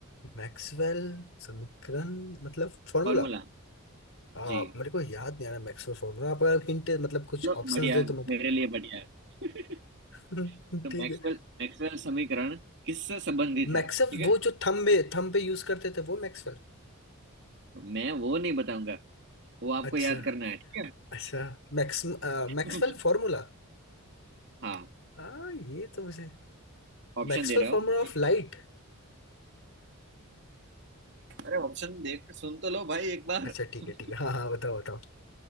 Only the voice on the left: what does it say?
मैक्सवेल समीकरण मतलब फॉर्मूला
आ,
मेरे को याद नहीं आ रहा मैक्सवेल फॉर्मूला आप अगर हिंट मतलब कुछ
ऑप्शंस
दे तो मैं
<laughs>
ठीक
है
मैक्सवेल
वो जो थंब में थंब पे यूज करते थे वो मैक्सवेल
अच्छा
अच्छा Max
Maxwell formula
आ, ये तो मुझे
मैक्सवेल
फॉर्मूला
ऑफ
लाइट
अच्छा
ठीक है ठीक है हाँ हाँ बताओ बताओ